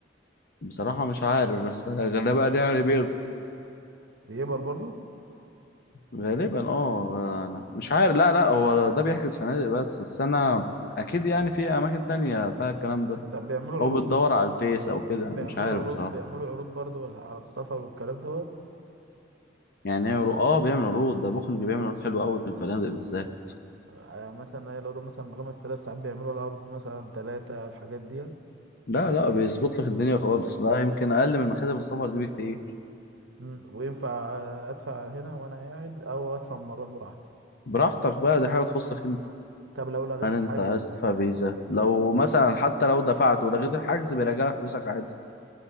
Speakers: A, on the left; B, on the right.
A: بصراحة مش عارف بس غالبا يعني بيه
B: بيقبل برضو
A: غالبا اه أنا مش عارف لا لا هو ده بيحجز فنادق بس بس انا اكيد يعني في اماكن تانية فيها الكلام ده
B: طب بيعملوا عروض
A: او بتدور على الفيس او كده أنا
B: بيعملوا
A: مش عارف
B: عروض
A: بصراحة
B: بيعملوا عروض برضو ولا- على السفر والكلام دوت
A: يعني إيه عروض اه بيعمل عروض ده بوكينج بيعمل عروض حلوة قوي في الفنادق بالذات
B: آه، يعني مثلا إيه، لو ده مثلا بخمس تلاف ساعات بيعملوا العروض مثلا تلاتة على الحاجات ديت
A: لا لا بيظبط لك الدنيا خالص لا يمكن اقل من مكاتب السفر دي بكتير
B: مم، وينفع ادفع هنا وانا قاعد او ادفع لما اروح براحتي
A: براحتك بقى دي حاجة تخصك انت
B: طب لو لغيت
A: هل
B: الحجز
A: انت عايز تدفع فيزا لو مثلا حتى لو دفعت ولغيت الحجز بيرجع لك فلوسك عادي